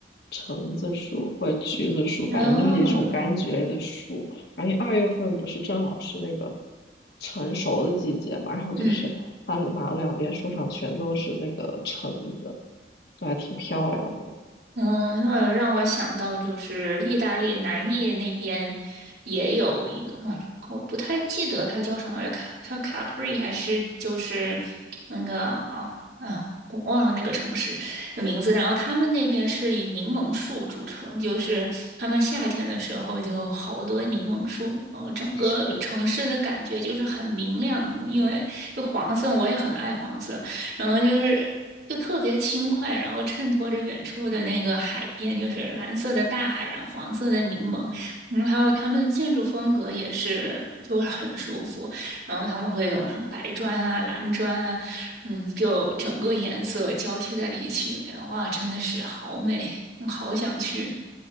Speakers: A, on the left; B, on the right.
A: 橙子树或者橘子树，反正就是一种柑橘类的树。
B: 哦，
A: 然后因为二月份不是正好是那个成熟的季节嘛，然后就是它马路两边树上全都是那个橙子，
B: 嗯
A: 就还挺漂亮的。
B: 哦，那让我想到就是意大利南意那边也有一个，哦，我不太记得它叫什么，卡叫 Capri 还是就是那个哦啊，我忘了那个城市的名字。然后他们那边是以柠檬树著称，就是他们夏天的时候就好多柠檬树，然后整个城市的感觉就是很明亮，
A: 是
B: 因为就黄色，我也很爱黄色。然后就是就特别轻快，然后衬托着远处的那个海边，就是蓝色的大海，然后黄色的柠檬，嗯，还有他们的建筑风格也是，就是很舒服。然后他们会有什么白砖啊、蓝砖啊，嗯，就整个颜色交替在一起，哇，真的是好美，嗯好想去，